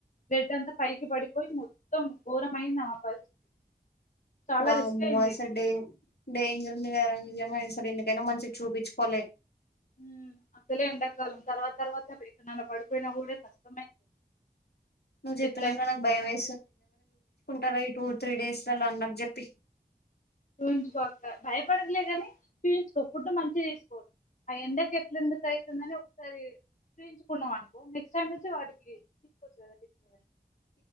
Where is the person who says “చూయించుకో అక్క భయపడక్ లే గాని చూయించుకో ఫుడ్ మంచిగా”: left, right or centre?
Left